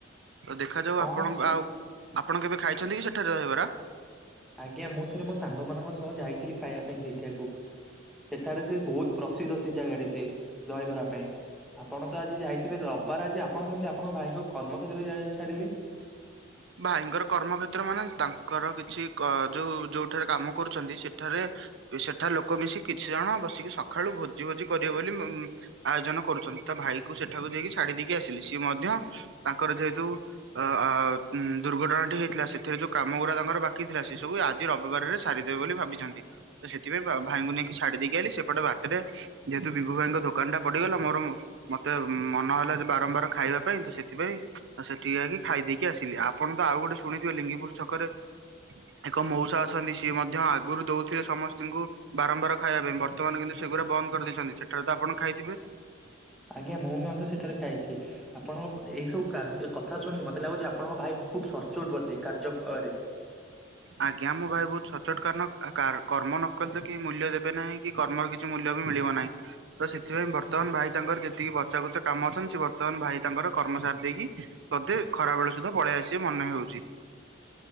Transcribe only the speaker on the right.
ତ ଦେଖାଯାଉ
ଆପଣଙ୍କ
ଆଉ ଆପଣ କେବେ ଖାଇଛନ୍ତି କି ସେଠାରେ ଦହିବରା?
ଭାଇଙ୍କର କର୍ମ କ୍ଷେତ୍ର ମାନେ ତାଙ୍କର କିଛି କ ଯୋଉ ଯୋଉଠାରେ କାମ କରୁଛନ୍ତି ସେଠାରେ ସେଠା ଲୋକ ମିଶିକି କିଛି ଜଣ ବସିକି ସକାଳୁ ଭୋଜି ଭୋଜି କରିବେ ବୋଲି ମ୍-ମ୍-ମ୍ ଆୟୋଜନ କରୁଛନ୍ତି ତା ଭାଇକୁ ସେଠାକୁ ଯାଇକି ଛାଡି ଦେଇକି ଆସିଲି। ସିଏ ମଧ୍ୟ ତାଙ୍କର ଯେହେତୁ ଅ-ଅ-ଅ ଉଁ ଦୁର୍ଘଟଣାଟି ହେଇଥିଲା ସେଥିରେ ଯୋଉ କାମଗୁଡା ତାଙ୍କର ବାକି ଥିଲା ସେ ସବୁ ଆଜି ରବିବାରରେ ସାରିଦେବେ ବୋଲି ଭାବିଛନ୍ତି। ତ ସେଥିପାଇଁ ବା ଭାଇଙ୍କୁ ନେଇକି ଛାଡି ଦେଇକି ଆଇଲି ସେପଟେ ବାଟରେ ଯେହେତୁ ବିଭୁ ଭାଇଙ୍କ ଦୋକାନ ଟା ପଡିଗଲା ମୋର ମୁଁ ମତେ ମନ ହେଲା ଯେ ବାରମ୍ବାର ଖାଇବା ପାଇଁ ତ ସେଥିପାଇଁ ସେଠିକି ଯାଇକି ଖାଇ ଦେଇକି ଆସ ଆପଣ ତ ଆଉ ଗୋଟେ ଶୁଣିଥିବେ ଲିଙ୍ଗିପୁର ଛକରେ ଏକ ମଉସା ଅଛନ୍ତି ସିଏ ମଧ୍ୟ ଆଗରୁ ଦଉଥିଲେ ସମସ୍ତଙ୍କୁ ବାରମ୍ବାର ଖାଇବା ପାଇଁ ବର୍ତ୍ତମାନ କିନ୍ତୁ ସେଗୁରା ବନ୍ଦ କରିଦେଇଛନ୍ତି ସେଠାରେ ତ ଆପଣ ଖାଇଥିବେ।
ଆଜ୍ଞା ମୁଁ ଭାଇ ବହୁତ ସଚୋଟ କାରଣ କ କାରଣ କର୍ମ ନକଲେ କେହି ମୂଲ୍ୟ ଦେବେ ନାହିଁ। କି କର୍ମର କିଛି ମୂଲ୍ୟ ବି ମିଳିବ ନାହିଁ। ତ ସେଥିପାଇଁ ବର୍ତ୍ତମାନ ଭାଇ ତାଙ୍କର ଯେତିକି ବଚାକୁଚା କାମ ଅଛନ୍ତି ସେ ବର୍ତ୍ତମାନ ଭାଇ ତାଙ୍କର କର୍ମ ସାରିଦେଇକି ବୋଧେ ଖରା ବେଳେ ସୁଦ୍ଧା ପଳେଇଆସିବେ ମନେ ହଉଛି।